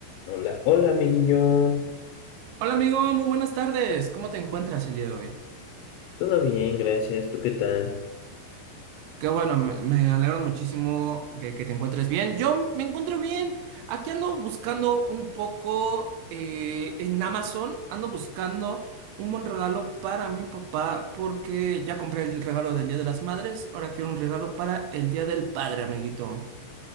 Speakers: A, on the left; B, on the right.
A: Hola, hola amiguillo.
B: Hola amigo, muy buenas tardes. ¿Cómo te encuentras el día de hoy?
A: Todo bien, gracias. ¿Tú qué tal?
B: Qué bueno, me, me alegro muchísimo de que te encuentres bien. Yo me encuentro bien. Aquí ando buscando un poco eh, en Amazon, ando buscando un buen regalo para mi papá porque ya compré el regalo del Día de las Madres, ahora quiero un regalo para el Día del Padre, amiguito.